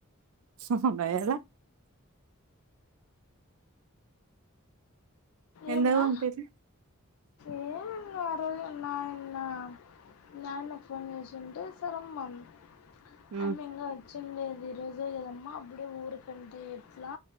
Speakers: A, on the right; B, on the left.
A: ఉహుమ్ భైర్ల
B: ఏంరా
A: ఎందుకు పంపిరు
B: ఏమ్ ఆ రోజు నాయన్న నాయనకు ఫోన్ చేసింటే సరే అమ్మ అన్
A: ఉమ్
B: ఆయమ్మింగా వచ్చిండేది ఈ రోజే గదమ్మ అప్పుడే ఊరుకంటే ఎట్లా